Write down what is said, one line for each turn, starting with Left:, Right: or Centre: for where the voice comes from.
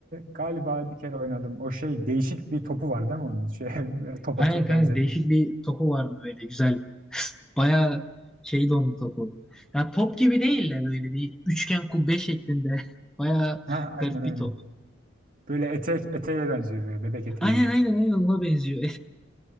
Right: galiba bir kere oynadım. O şey değişik bir topu var değil mi onun? Şey, <laughs> topa
Centre: Aynen
Right: çok
Centre: kanka
Right: benzemiyor.
Centre: değişik bir topu vardı böyle güzel. <laughs> Bayağı şeydi onun topu. Ya top gibi değil de böyle bir üçgen kubbe şeklinde. <laughs> Bayağı
Right: Ha, aynen
Centre: garip
Right: aynen.
Centre: bir top.
Right: Böyle etek eteğe benziyor böyle bebek eteği
Centre: Aynen
Right: gibi.
Centre: aynen aynen ona benziyor.